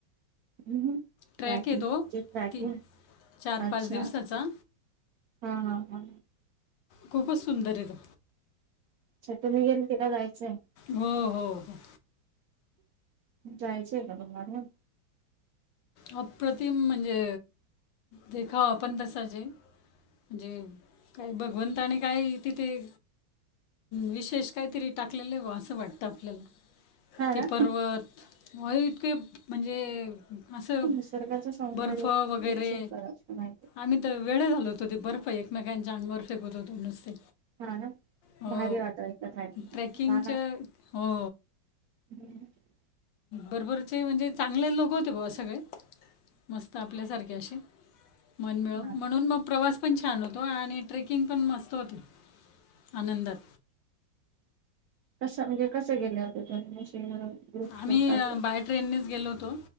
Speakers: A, on the right; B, on the left.
A: <unintelligible>
B: ट्रॅक
A: ट्रॅकिंग
B: येतो
A: च ट्रॅकिंग,
B: ती चार
A: अच्छा.
B: पाच दिवसाचा
A: हा हा हा
B: खूपच सुंदरयत.
A: अच्छा, तुम्ही गेलते का जायचंय?
B: हो हो हो.
A: जायचेय का तुम्हाली?
B: अप्रतिम म्हणजे देखावा पण तसाचय. म्हणजे काही भगवंताने काही तिथे विशेष काहीतरी टाकलेले वा असं वाटतं, आपल्याला.
A: हा
B: ते
A: ना
B: पर्वत व इतके म्हणजे असं
A: निसर्गाचं सौंदर्य
B: बर्फ वगैरे,
A: खूप सुंदर असतं माहिती
B: आम्ही तर वेड झालो होतो ते बर्फ एक मेकांच्या अंगावर फेकत होतो नुसते.
A: हा ना
B: हो,
A: भारी वाटायचं
B: ट्रॅकिंगच्या,
A: जाणार
B: हो.
A: <unintelligible>
B: बरोबरचे म्हणजे चांगले लोक होते बुवा सगळे, मस्त आपल्यासारखे असे. मनमिळाऊ,
A: हा
B: म्हणून मग प्रवास पण छान होतो आणि ट्रेकिंग पण मस्त होत आनंदात.
A: कशा, म्हणजे कशा गेल्या होत्या तुम्ही <unintelligible>
B: आम्ही,
A: केलता
B: बाय ट्रेननेच गेलो होतो.